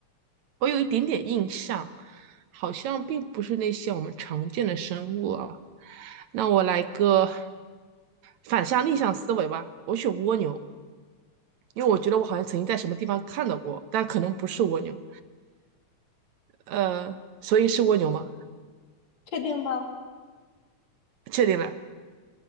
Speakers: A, on the right (about 75°); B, on the left (about 60°).
A: 我有一点点印象，好像并不是那些我们常见的生物啊。那我来个反向逆向思维吧，我选蜗牛，因为我觉得我好像曾经在什么地方看到过，但可能不是蜗牛。呃，所以是蜗牛吗？
B: 确定吗？
A: 确定了